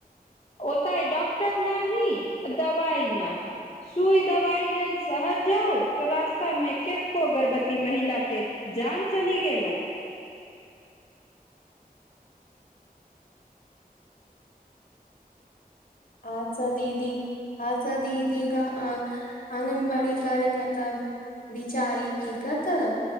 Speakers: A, on the left; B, on the left.
A: ओतय डॉक्टर नहि दवाइ नहि सुई दवाई लेल सह र जाउ तो रास्ता मे केतको गर्भवती महिला के जान चली गेलो
B: आशा दीदी आशा दीदी क आङगनबाड़ी कार्यक्यकर्ता बिचारी की कतऽ